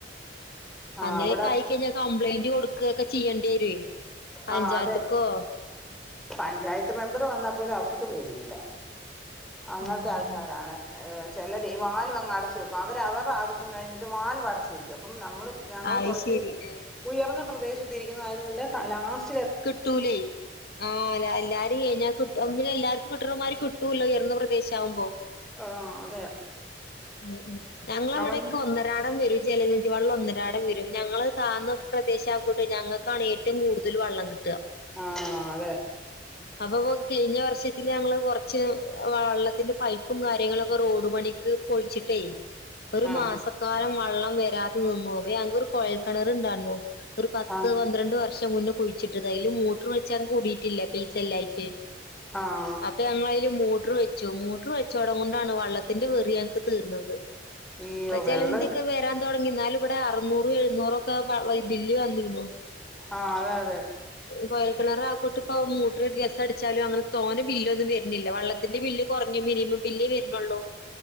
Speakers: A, in the centre; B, on the left.
A: ആ
B: അങ്ങനെയ്ക്കായി
A: അവിടെ
B: കഴിഞ്ഞ കംപ്ലയിന്റ് കൊടു ക്ക് ഒക്കെ ചെയ്യേണ്ടി വരേ പഞ്ചായത്ത്ക്കോ
A: ആ അതെ പഞ്ചായത്ത് മെമ്പറ് വന്നാ പോലും അവർക്ക് പേടിയില്ല. അങ്ങനത്തെ
B: ഉം
A: ആൾക്കാരാണ്, ഏഹ് ചിലരെ വാൽവങ്ങടച്ച് വെക്കും, അവര് അവർടെ ആവശ്യം കഴിഞ്ഞിട്ട് വാൽവ് അടച്ച് വെക്കും, അപ്പം നമ്മള് ഞങ്ങള്
B: അത്
A: കൊറച്ച്
B: ശരി ഏഹ്
A: ഉയർന്ന പ്രദേശത്തിരിക്കുന്നതായതുകൊണ്ട് തലാസ്
B: കിട്ടൂലേ ആഹ് ലാ എല്ലാരും കഴിഞ്ഞാ കിട്ടുങ്കിലെല്ലാർക് ങ്ങിട്ടർമാര് കിട്ടൂല്ലോ, ഉയർന്ന പ്രദേശാകുമ്പോ
A: ആഹ അതെ
B: ഉം ഉം ഞങ്ങള
A: നമ്മളിങ്ങ്
B: അവിടേക്ക് ഒന്നരാടം വര് ജലനിധി വള്ളം ഒന്നരാടം വരും ഞങ്ങള് താന്ന പ്രദേശം ആക്കൂട്ട് ഞങ്ങക്കാണ് ഏറ്റവും കൂടുതൽ വെള്ള ട്ട്ക
A: ആഹ് അതെ
B: അപ്പൊപോ കയിഞ്ഞ വർഷത്തില് ഞങ്ങള് കൊറച്ച് ആഹ് വെള്ളത്തിന്റെ പൈപ്പും കാര്യങ്ങളൊക്കെ റോഡ്പണിക്ക് കൊഴിച്ചിട്ടേ ഒരു
A: ആഹ്
B: മാസക്കാലം വള്ളം വരാതെ നിന്നുപോവ്വെ, ങ്ങക്കൊരു കൊഴൽക്കിണറ് ഇ ണ്ടാർന്നു. ഒരു പത്ത്
A: ആഹ്
B: പന്ത്രണ്ട് വർ ശം കുന്ന് കുഴിച്ചിട്ട് റ്റെതായാലും മോട്ടറ് വെച്ചാ കൂട്ടിറ്റില്ല പൈസല്ലായിറ്റ്
A: ആഹ്
B: അപ്പ നമ്മളയില് മോട്രൂ വെച്ചോ മോട്രൂ വെച്ചോടം കൊണ്ടാണ് വള്ളത്തിന്റെ വെറിയങ്ങക്ക് തീർന്നത്.
A: അയ്യോ
B: പ്പ ജലനിധിക്ക
A: വെള്ളം
B: വരാ തോടങ്ങിന്നാലു ഇവിടാ അറുന്നൂറ് എഴുന്നൂറൊക്ക വാ വ്വാ ബില്ല് വന്നിരുന്നു
A: ആഹ് അതെ അതെ
B: കോയൽക്കിണറാക്കൊട്ടിപ്പ മൂട്ട്റ് ഒരാസം അടിച്ചാലും അങ്ങന തോനെ ബില്ലോന്നും വര്ന്നില്ല വള്ളത്തിന്റെ ബില്ല് കൊറഞ്ഞ് മിനിമം ബില്ല് വര്നുള്ളൂ